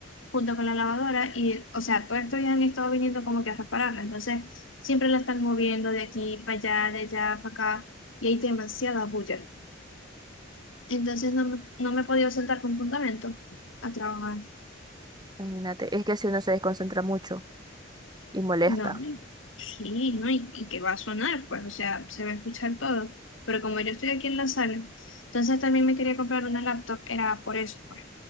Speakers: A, on the left; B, on the right.
A: junto con la lavadora y, o sea, todos estos días han estado viniendo como que a repararla. Entonces siempre la están moviendo de aquí para allá, de allá para acá y hay demasiada bulla. Entonces no, me- no me he podido sentar con fundamento a trabajar.
B: Imagínate, es que si uno se desconcentra mucho y molesta,
A: No, no, sí, ¿no? Y, y que va a sonar, pues, o sea, se va a escuchar todo. Pero como yo estoy aquí en la sala, entonces también me quería comprar una laptop, era por eso, pues,